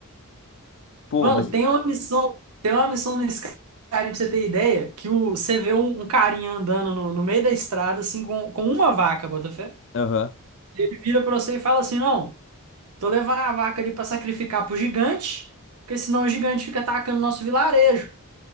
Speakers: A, on the left; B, on the right.
A: Pô,
B: Mano,
A: mas.
B: tem uma missão, tem uma missão no Skyrim, pra você ter ideia, que o, você vê um, um carinha andando no, no meio da estrada, assim, com, com uma vaca, Botafé.
A: Aham,
B: Ele vira pra você e fala assim: Não, tô levando a vaca ali pra sacrificar pro gigante, porque senão o gigante fica atacando o nosso vilarejo.